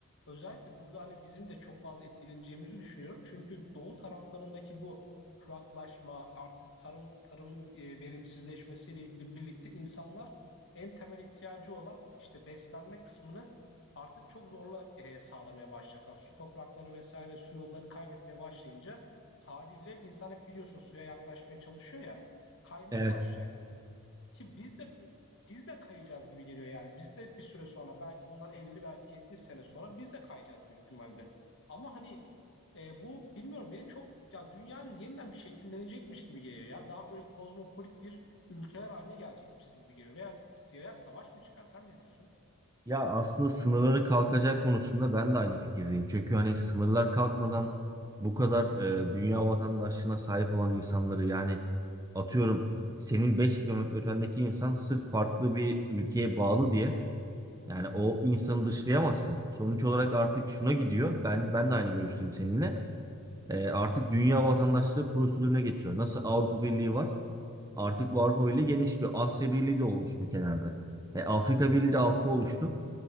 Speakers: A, on the left (about 60°); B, on the right (about 15°).
A: özellikle burada hani bizim de çok fazla etkileneceğimizi düşünüyorum. Çünkü doğu taraflarındaki bu kuraklaşma, artık tarım tarımın e, verimsizleşmesiyle ilgili birlikte insanlar en temel ihtiyacı olan işte beslenme kısmını artık çok zorla e, sağlamaya başlayacaklar. Su toprakları vesaire su yollarını kaybetmeye başlayınca haliyle insan hep biliyorsun suya yaklaşmaya çalışıyor ya kaymaya
B: Evet.
A: başlayacak ki biz de biz de kayacağız gibi geliyor yani. Biz de bir süre sonra belki bunlar elli belki 70 sene sonra biz de kayacağız büyük ihtimalle. Ama hani e, bu bilmiyorum beni çok ya dünyanın yeniden bir şekillenecekmiş gibi geliyor ya. Daha böyle kozmopolit bir ülkeler haline gelecekmişiz gibi geliyor. Veya, veya savaş mı çıkarsan ne diyorsun?
B: Ya aslında sınırların kalkacak konusunda ben de aynı fikirdeyim. Çünkü hani sınırlar kalkmadan bu kadar e, dünya vatandaşlığına sahip olan insanları yani atıyorum senin 5 kilometre ötendeki insan sırf farklı bir ülkeye bağlı diye yani o insanı dışlayamazsın. Sonuç olarak artık şuna gidiyor. Ben ben de aynı görüşteyim seninle. E, artık dünya vatandaşlığı prosedürüne geçiyor. Nasıl Avrupa Birliği var? Artık bu Avrupa Birliği genişliyor. Asya Birliği de oluştu kenarda. E, Afrika Birliği de altta oluştu.